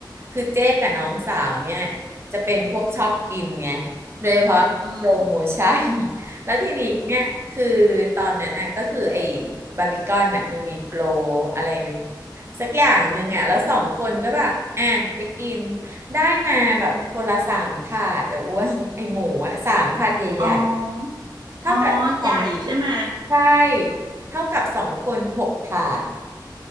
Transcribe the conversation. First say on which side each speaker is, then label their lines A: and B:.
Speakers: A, on the right; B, on the right.
A: คือเจ๊กับน้องสาวเนี่ยจะเป็นพวกชอบกินไงโดยเฉพาะโปรโมชั่น
B: อืม
A: <laughs> แล้วทีนี้เนี่ยคือตอนนั้นน่ะก็คือไอ้บาร์บีคอนน่ะมันมีโปรอะไรสักอย่างหนึ่งอ่ะแล้วสองคนก็แบบอ่ะไปกินได้มาแบบคนละสามถาดอ่ะอ้วนไอ้หมูอ่ะสามถาดใหญ่ๆ
B: อ๋ออ๋อใหญ่ใช่ไหม
A: เท่ากับของใช่เท่ากับสองคนหกถาด